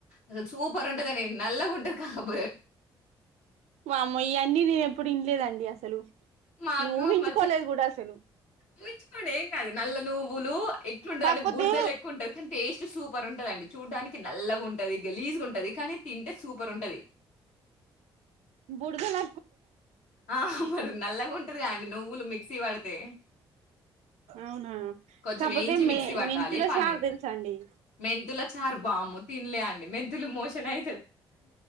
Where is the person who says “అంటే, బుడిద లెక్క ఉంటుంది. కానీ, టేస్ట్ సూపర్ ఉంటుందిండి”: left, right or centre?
Left